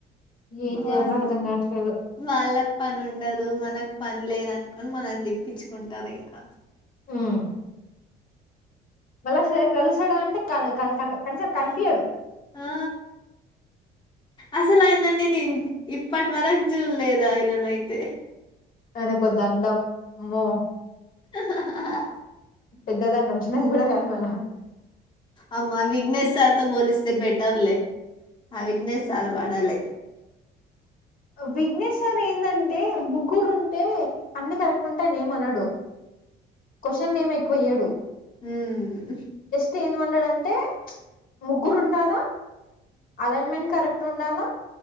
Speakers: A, on the left (about 55°); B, on the left (about 25°).
A: ఏం
B: వాల్ల
A: చేయాలో అర్థం కావట్లేదు
B: వాళ్ళక్ పనుండదు మన పన్లేదన్కుని మనల్ని దిప్పిచ్చకుంటారు ఇంకా
A: ఉమ్. ఒకా స్సారి గలిసాడా అంటే కన కన కన కనిసం కన్పియ్యడు
B: ఆ ఆ, అసలు ఆయన ని నేను ఇప్పటి వరకు చూలేదు ఆయనయి <inaudible>
A: తనకో దండం అమ్మో
B: హా హా హా హా
A: పెద్దదనం చినది కూడా కాదు మళ్ళ
B: అమా విఘ్నేస్ సార్ తో పోలిస్తే బెటర్లే ఆ విగ్నేశాలు వాడాలే
A: విఘ్నేసర్ ఏందంటే ముగ్గురు ఉంటే అన్ని కరెక్ట్ ఉంటే ఆయన ఏమనాడు క్వశ్చన్లు ఏం ఎక్కువేయ్యాడు
B: ఊ ఉ
A: సీన్ వండుడంటే ముగ్గురు ఉండాలా అలైన్మెంట్ కరెక్ట్ ఉండాలా.